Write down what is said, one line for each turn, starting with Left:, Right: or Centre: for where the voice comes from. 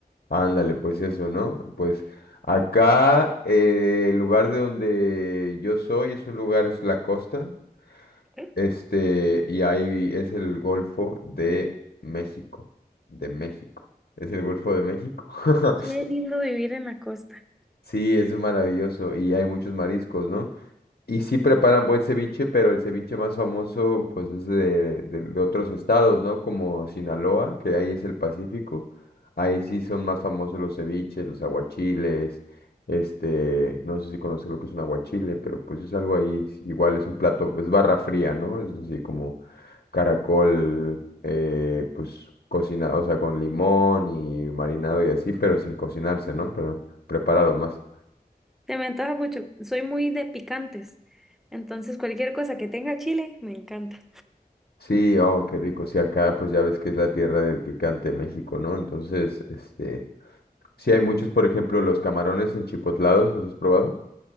Left: ándale, pues eso, ¿no? Pues acá, eh, el lugar de donde yo soy es un lugar, es la costa,
Centre: ¿Eh?
Left: este, y ahí es el Golfo de México, de México. Es el Golfo de México. <laughs>
Centre: Qué lindo vivir en la costa.
Left: Sí, eso es maravilloso y hay muchos mariscos, ¿no? Y sí preparan buen ceviche, pero el ceviche más famoso pues es de, de- de otros estados, ¿no? Como Sinaloa, que ahí es el Pacífico. Ahí sí son más famosos los ceviches, los aguachiles, este, no sé si conoces lo que es un aguachile, pero pues es algo ahí, igual es un plato, es barra fría, ¿no? Es así como caracol, eh, pues cocinado, o sea, con limón y marinado y así, pero sin cocinarse, ¿no? Pero preparado más.
Centre: Te me antoja mucho. Soy muy de picantes. Entonces, cualquier cosa que tenga chile, me encanta.
Left: Sí, oh, qué rico. Sí, acá pues ya ves que es la tierra del picante México, ¿no? Entonces, este, sí hay muchos, por ejemplo, los camarones enchipotlados, ¿los has probado?